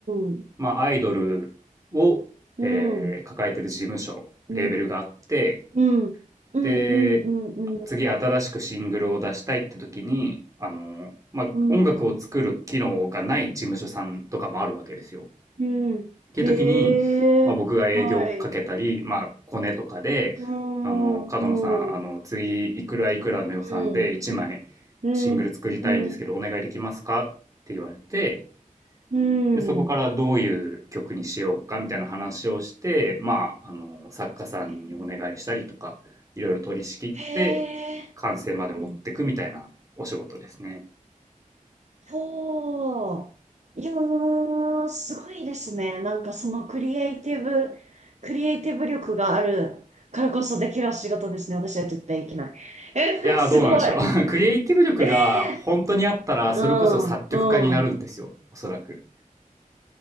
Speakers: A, on the right; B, on the right.
A: うん、
B: まあ、アイドルを、
A: うん、
B: えー抱えてる事務所、
A: うん、
B: レーベルがあって、
A: うん、うん、うん、
B: で、
A: うん、うん、
B: 次新しくシングルを出したいって時に、あの、まあ、
A: うん、
B: 音楽を作る機能がない事務所さんとかもあるわけですよ。
A: うん。
B: っていう時に、
A: へえ、
B: まあ、僕が営業かけたり、
A: はい。
B: まあ、コネとかで、
A: うん、
B: あの、角野さん、
A: うん、
B: あの、
A: う
B: 次、いくらいくらの予算で1枚
A: ん、うん、
B: シングル作りたいんですけど、
A: うん、
B: お願いできますかって言われて、
A: うん。
B: で、そこからどういう曲にしようかみたいな話をして、まあ、あの、作家さんにお願いしたりとか、
A: へえ、
B: いろいろ取り仕切って、
A: へ
B: 完成まで持ってくみたいなお仕事ですね。
A: ーうんほう。いやー、すごいですね。なんかそのクリエイティブ、クリエイティブ力があるからこそできる仕事ですね。私は絶対できない。え、
B: いやー、
A: <laughs> すごい。
B: どうなんでしょう。
A: え
B: <laughs> クリエイティブ力が本当にあったら、
A: えー、
B: それこそ作曲家になるんですよ、
A: うん、うん。
B: おそらく。